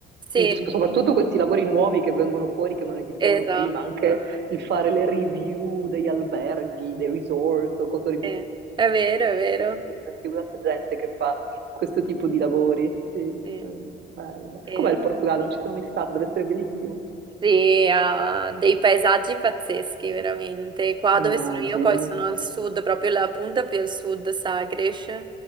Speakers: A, on the right; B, on the right.
A: Sì,
B: Mm, S- Soprattutto questi lavori nuovi che vengono fuori che non esistevano
A: esatto.
B: prima, anche il fare le review degli alberghi, dei resort o cose di
A: Eh, è vero, è vero.
B: questo tipo, sentivo tanta gente che fa questo tipo di lavori, sì, eh,
A: Eh,
B: bello.
A: eh,
B: Com'è il Portogallo? Non ci sono mai stata, deve essere bellissimo.
A: Sì, ha dei paesaggi pazzeschi, veramente. Qua
B: Immagino,
A: dove sono io, poi sono al sud, proprio la punta più al sud, Sagres.